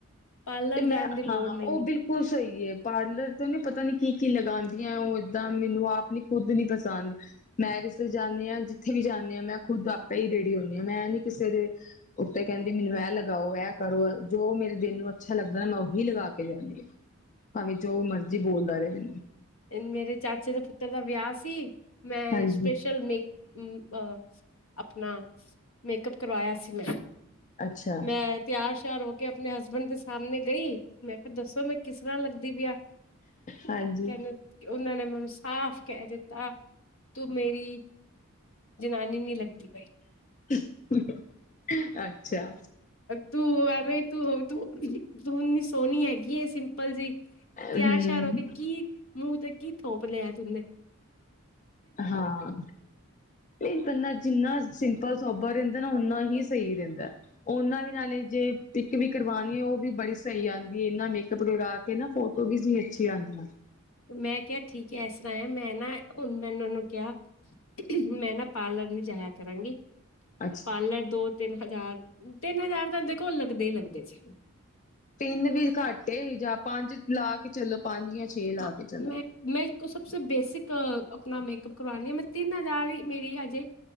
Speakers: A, on the left (about 75°); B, on the left (about 35°).
A: ਪਾਰਲਰ
B: ਤੇ ਮੈਂ
A: ਜਾਣ ਦੀ ਲੋੜ
B: ਹਾਂ
A: ਨਹੀਂ
B: ਉਹ
A: ਹੈ।
B: ਬਿਲਕੁਲ ਸਹੀ ਪਾਰਲਰ ਤੇ ਨੀ ਪਤਾ ਨੀ ਕੀ ਕੀ ਲਗਾ <unintelligible> ਉਹ ਏਦਾਂ ਮੈਨੂੰ ਆਪ ਨੀ ਖੁੱਦ ਨੀ ਪਸੰਦ ਮੈਰੀਜ ਜਾਂਦੀ ਹਾਂ ਜਿੱਥੇ ਵੀ ਜਾਂਦੀ ਹਾਂ ਮੈਂ ਖੁੱਦ ਆਪੇ ਹੀ ਰੇਡੀ ਹੁੰਦੀ ਹਾਂ ਮੈਂ ਨੀ ਕਿਸੇ ਦੇ ਉੱਤੇ ਕਹਿੰਦੀ ਮੈਨੂੰ ਇਹ ਲਗਾਓ ਇਹ ਕਰੋ ਜੋ ਮੇਰੇ ਦਿਲ ਨੂੰ ਅੱਛਾ ਲੱਗਦਾ ਨਾ ਮੈਂ ਉਹੀ ਲਗਾ ਕੇ ਜਾਦੀ ਹਾਂ ਭਾਵੇਂ ਜੋ ਮਰਜ਼ੀ ਬੋਲਦਾ ਰਿਹੇ
A: ਮੇਰੇ ਚਾਚੇ ਦੇ ਪੁੱਤਰ ਦਾ ਵਿਆਹ ਸੀ ਮੈਂ
B: ਹਾਂਜੀ
A: ਸਪੇਸ਼ਲ ਮੇਕ ਉਂ ਆ ਆਪਣਾ ਮੇਕਅਪ ਕਰਵਾਇਆ ਸੀ ਮੈਂ
B: ਅੱਛਾ
A: ਮੈਂ ਤਿਆਰ ਸ਼ਿਆਰ ਹੋ ਕੇ ਆਪਣੇ ਹਸਬੈਂਡ ਦੇ ਸ ਸਾਹਮਣੇ ਗਈ ਮੈਂ ਕਿਹਾ ਦੱਸੋ ਮੈਂ ਕਿਸ ਤਰ੍ਹਾਂ ਲੱਗਦੀ ਪਈ ਆ
B: ਹਾਂਜੀ।
A: ਕਹਿੰਦੇ ਉਹਨਾਂ ਨੇ ਮੈਨੂੰ ਸਾਫ਼ ਕਹਿ ਦਿੱਤਾ ਤੂੰ ਮੇਰੀ ਜਨਾਨੀ ਨੀ ਲੱਗਦੀ ਪਈ।
B: <unintelligible> ਅੱਛਾ
A: ਤੂੰ ਆਵੇਂ ਤੂੰ ਤੂੰ ਮਿਸ ਸੋਹਣੀ ਹੈਗੀ ਏ ਸਿੰਪਲ ਜੀ ਤਿਆਰ-ਸ਼ਿਆਰ
B: ਹਮ
A: ਹੋ ਕੇ ਕੀ ਮੂੰਹ ਤੇ ਕੀ ਥੋਪ ਲਿਆਿਆ ਤੂੰਨਦੇ
B: ਹਾਂ ਨਹੀਂ ਜਿੰਨਾ ਸਿੰਪਲ ਸੋਬ ਰਹਿੰਦਾ ਨਾ ਓਨਾ ਹੀ ਸਹੀ ਰਹਿੰਦਾ। ਉਹਨਾਂ ਵੀ ਨਾਲ ਜੇ ਪਿੱਕ ਵੀ ਕਰਵਾਉਣੀ ਉਹ ਵੀ ਬੜੀ ਸਹੀ ਆਉਂਦੀ ਹੈ ਇਹਨਾਂ ਮੇ ਕਪ ਲਾ ਨਾ ਫੋਟੋ ਵੀ ਅੱਛੀ ਆਉਂਦੀਆਂ
A: ਮੈਂ ਕਿਹਾ ਠੀਕ ਹੈ ਇਸ ਤਰ੍ਹਾਂ ਹੈ ਮੈਂ ਨਾ ਹੁਣ ਮੈ ਇਹਨਾਂ ਨੂੰ ਕਿਹਾ ਮੈਂ ਨਾ ਪਾਰਲਰ ਨੂੰ ਜਾਇਆ ਕਰਾਂਗੀ।
B: ਅੱਛਾ
A: ਪਾਰਲਰ ਦੋ ਤਿੰਨ ਹਜ਼ਾਰ ਤਿੰਨ ਹਜ਼ਾਰ ਤਾਂ ਦੇਖੋ ਲੱਗਦੇ ਹੀ ਲੱਗਦੇ ਜ਼ੇ
B: ਤਿੰਨ ਵੀ ਘੱਟ ਜਾਂ ਪੰਜ ਲਾ ਕੇ ਚਲੋ ਪੰਜ ਜਾਂ ਛੇ ਲਾ
A: ਹਾਂ
B: ਕੇ ਚਲੋ।
A: ਮੈਂ ਮੈਂ ਸਭਸੇ ਬੇਸਿਕ ਅ ਆਪਣਾ ਮੇਕਅਪ ਕਰਵਾਨੀ ਆ ਮੈਂ ਤਿੰਨ ਹਜ਼ਾਰ ਹੀ ਮੇਰੀ ਅਜੇ